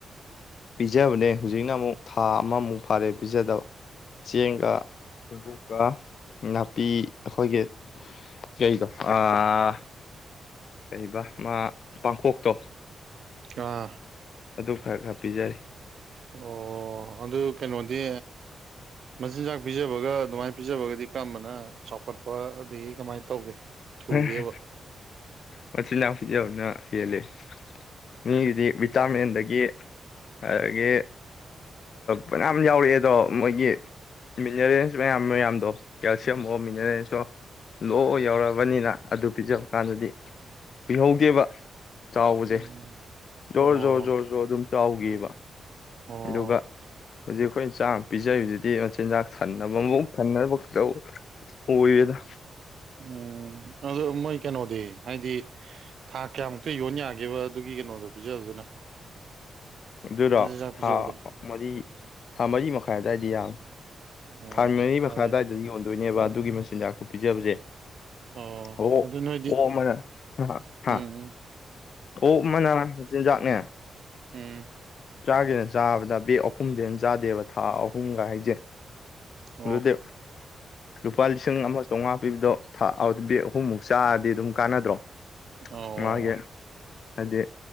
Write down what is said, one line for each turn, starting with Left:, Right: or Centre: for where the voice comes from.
Left: ꯖꯕꯅꯦ ꯍꯧꯖꯤꯛꯅ ꯑꯃꯨꯛ ꯊꯥ ꯑꯃꯃꯨꯛ ꯐꯥꯔꯦꯕ ꯄꯤꯖꯥꯗꯥꯥꯕ ꯆꯦꯡꯒ ꯆ‌ꯦꯡꯀꯨꯛ ꯀꯥ ꯅꯥꯄꯤ ꯑꯩꯈꯣꯏꯒꯤ ꯀꯩꯗꯣ ꯑꯥ ꯑꯥ ꯀꯩꯕ ꯃꯥ ꯄꯥꯡꯈꫭꯛꯇꯣ
Right: ꯑꯥ
Left: ꯑꯗꯨ ꯈꯔ ꯈꯔ ꯄꯤꯖꯔꯤ
Right: ꯑꯣ ꯑꯗꯨ ꯀꯩꯅꯣꯗꯤ ꯃꯆꯤꯟꯖꯥꯛ ꯄꯤꯖꯕꯒ ꯑꯗꯨꯃꯥꯏꯅ ꯄꯤꯖꯕꯒꯗꯤ ꯀꯔꯝꯕꯅ ꯆꯥꯎꯈꯠꯄ ꯑꯗꯒꯤ ꯀꯃꯥꯏꯅ ꯇꯧꯒꯦ ꯊꯨꯒꯦꯕ
Left: <unintelligible> ꯃꯆꯤꯟꯖꯥꯛ ꯄꯤꯖꯕꯅ ꯍꯦꯜꯂꯦ ꯃꯤꯒꯤꯗꯤ ꯚꯤꯇꯥꯃꯤꯟꯗꯒꯤ
Right: ꯑꯣ
Left: ꯑꯗꯒꯤ ꯐꯅꯥꯝ ꯌꯥꯎꯔꯛꯑꯦ ꯗꯣ ꯃꯣꯏꯒꯤ ꯃꯤꯟꯅꯔꯦꯜ ꯃꯌꯥꯝ ꯃꯌꯥꯝꯗꯣ ꯀꯦꯜꯁꯤꯌꯝ ꯑꯣ ꯃꯤꯟꯅꯌꯦꯜꯂ‌ꯦ ꯂꯣꯏꯅ ꯌꯥꯎ ꯄꯥꯅꯤꯅ ꯑꯗꯨ ꯄꯤꯖꯕ ꯀꯥꯟꯗꯗꯤ ꯀꯨꯏꯧꯍꯧꯗꯦꯕ ꯆꯥꯎꯕꯖ‌ꯦ
Right: ꯎꯝ ꯑꯣ ꯎꯝ.
Left: ꯖꯣꯔ
Right: ꯑꯣ
Left: ꯖꯣꯔ ꯖꯣꯔ ꯖꯣꯔ ꯑꯗꯨꯝ ꯆꯥꯎꯒꯤꯕ
Right: ꯑꯣ
Left: ꯑꯗꯨꯒ ꯍꯧꯖꯤꯛ ꯑꯩꯈꯣꯏꯅ ꯆꯥ ꯄꯤꯖꯥꯔꯤꯗꯨꯗꯤ ꯃ ꯆꯤꯟꯖꯥꯛ ꯊꯟꯅꯕ ꯃꯕꯨꯛ ꯊꯟꯅꯕ ꯇꯧ ꯑꯣꯏꯌꯦꯗ
Right: ꯎꯝ ꯑꯗꯣ ꯃꯣꯏ ꯀꯩꯅꯣꯗꯤ ꯍꯥꯏꯗꯤ ꯊꯥ ꯀꯌꯥꯃꯨꯛꯇ ꯌꯣꯟ ꯌꯥꯒꯦꯕ ꯑꯗꯨꯒꯤ ꯀꯩꯅꯣꯗꯣ ꯄꯤꯖꯕꯗꯨꯅ
Left: ꯑꯗꯨꯔꯣ
Right: ꯃꯆꯤꯟꯖꯥꯛ
Left: ꯊꯥ
Right: ꯄꯤꯖꯕꯗꯣ
Left: ꯑ ꯃꯔꯤ ꯊꯥ ꯃꯔꯤ ꯃꯈꯥꯏ ꯑꯗꯥꯏꯗꯤ ꯌꯥꯝꯕꯅꯤ
Right: ꯑꯣ
Left: ꯊꯥ ꯃꯔꯤꯃꯈꯥꯏ
Right: ꯑꯗꯩ
Left: ꯑꯗ꯭ꯋꯥꯏꯗꯗꯤ ꯌꯣꯟ ꯗꯣꯏꯅꯦꯕ ꯑꯗꯨꯒꯤ ꯃꯆꯤꯟꯖꯥꯛꯇꯨ ꯄꯤꯖꯕꯁꯦ
Right: ꯑꯣ
Left: ꯑꯣꯛ
Right: ꯑꯗꯨ ꯅꯣꯏꯗꯤ
Left: ꯑꯣꯛ ꯑꯃꯅ ꯍ ꯍꯥ
Right: ꯎꯝ ꯎꯝ
Left: ꯑꯣꯛ ꯑꯃꯅ ꯃꯆꯤꯟꯖꯥꯛ ꯅꯦ
Right: ꯎꯝ
Left: ꯆꯥꯒꯦꯅ ꯆꯥꯕꯗ ꯕꯦꯛ ꯑꯍꯨꯝꯗꯩ ꯍꯦꯟ ꯆꯥꯗꯦꯕ ꯊꯥ ꯑꯍꯨꯝꯒꯥ ꯍꯥꯏꯖꯦ
Right: ꯎꯝ
Left: ꯑꯗꯨꯗꯤ ꯂꯨꯄꯥ ꯂꯤꯁꯤꯡ ꯑꯃ ꯆꯧꯉꯥ ꯄꯤꯕꯗꯣ ꯊꯥ ꯑꯗꯨꯗꯤ ꯑꯍꯨꯝꯃꯨꯛ ꯆꯥꯔꯗꯤ ꯑꯗꯨꯝ ꯀꯥꯟꯅꯗ꯭ꯔꯣ
Right: ꯑꯣ ꯑꯣ
Left: ꯃꯥꯒꯤ ꯍꯥꯏꯗꯤ